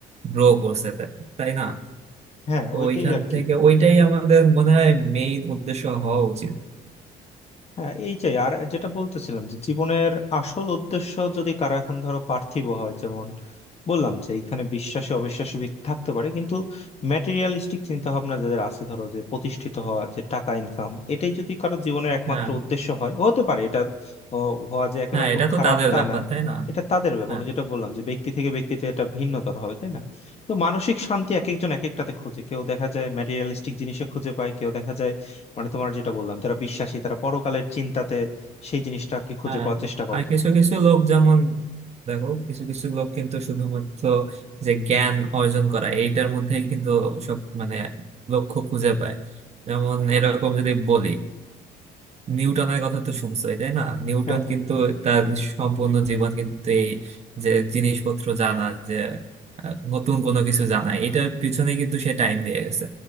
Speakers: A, on the right; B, on the left.
A: গ্রো করছে তা- তাই না
B: হ্যাঁ
A: তো
B: ওইটাই
A: ওইখান
B: আর কি
A: থেকে ওইটাই আমাদের মনে হয় মেইন উদ্দেশ্য হওয়া উচিত
B: হ্যাঁ এই যে আর যেটা বলতেছিলাম যে জীবনের আসল উদ্দেশ্য যদি কারো এখন ধরো পার্থিব হয় যেমন বললাম যে এখানে বিশ্বাসী অবিশ্বাসী ব্যক্তি থাকতে পারে কিন্তু ম্যাটেরিয়ালিস্টিক চিন্তা ভাবনা যাদের আছে ধরো যে প্রতিষ্ঠিত হওয়া যে টাকা ইনকাম এটাই যদি কারো জীবনের একমাত্র
A: হ্যাঁ
B: উদ্দেশ্য হয় হতে পারে এটা ও, হওয়া যে একেবারে
A: হ্যাঁ এটা
B: খুব
A: তো
B: খারাপ
A: তাদের
B: তা
A: ব্যাপার
B: না
A: তাই না
B: এটা তাদের ব্যাপার
A: হ্যাঁ।
B: ও যেটা বললাম যে ব্যক্তি থেকে ব্যক্তিতে এটা ভিন্নতর হবে তাই না তো মানসিক শান্তি এক একজন এক একটাতে খোঁজে কেউ দেখা যায় ম্যাটেরিয়ালিস্টিক জিনিসে খুঁজে পায় কেউ দেখা যায় মানে তোমার যেটা বললাম যারা বিশ্বাসী তারা পরকালের চিন্তাতে সেই জিনিসটা আর কি খুঁজে
A: হ্যাঁ
B: পাওয়ার চেষ্টা করে
A: আর কিছু কিছু লোক যেমন দেখো কিছু কিছু লোক কিন্তু শুধুমাত্র যে জ্ঞান অর্জন করা এইটার মধ্যে কিন্তু সব মানে লক্ষ্য খুঁজে পায় যেমন এরকম যদি বলি নিউটনের কথা তো শুনছোই তাই না নিউটন
B: হ্যাঁ হ্যাঁ
A: কিন্তু তার সম্পূর্ণ জীবন কিন্তু এই যে জিনিসপত্র জানা যে আহ, নতুন কোনো কিছু জানা এটার পিছনে কিন্তু সে টাইম দিয়ে গেছে